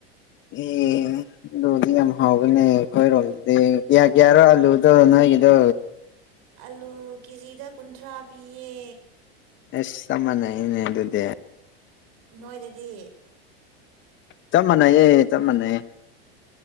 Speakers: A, on the left; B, on the right.
A: ꯑꯦ ꯑꯂꯨꯗꯤ ꯌꯥꯝ ꯍꯥꯎꯕꯅꯤ ꯑꯩꯈꯣꯏꯔꯣꯝꯗꯤ ꯀꯌꯥ ꯀꯌꯥꯔꯣ ꯑꯂꯨꯗꯣ ꯅꯣꯏꯒꯤꯗꯣ
B: ꯑꯂꯨ ꯀꯦꯖꯤꯗ ꯀꯨꯟꯊ꯭ꯔꯥ ꯄꯤꯌꯦ
A: ꯑꯦꯁ ꯆꯞ ꯃꯅꯩꯏꯅꯦ ꯑꯗꯨꯗꯤ
B: ꯅꯣꯏꯗꯗꯤ
A: ꯆꯃꯅꯩꯌꯦ ꯆꯞꯃꯅꯩꯌꯦ